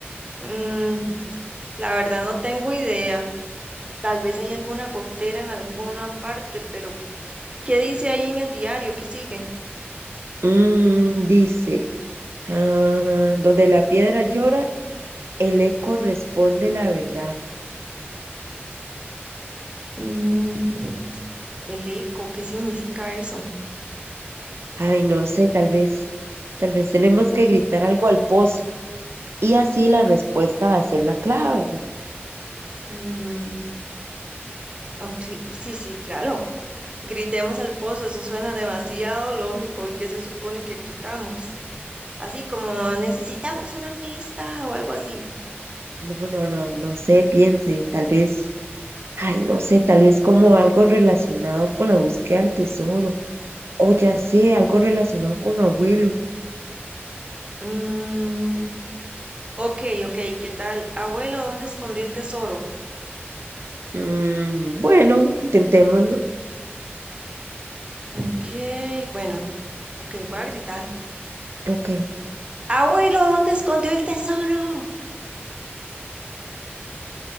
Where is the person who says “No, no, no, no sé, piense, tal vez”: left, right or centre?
Right